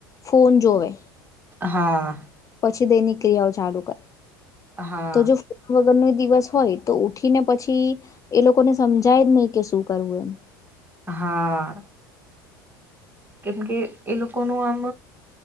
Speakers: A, on the left (about 30°); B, on the right (about 15°).
A: ફોન જોવે
B: હા
A: પછી દૈનિક ક્રિયાઓ ચાલુ કરે
B: હા
A: તો જો ફોન વગરનું દિવસ હોય તો ઉઠીને પછી એ લોકોને સમજાય જ નહી કે શું કરવું એમ
B: હા કેમ કે એ લોકો નુ આમ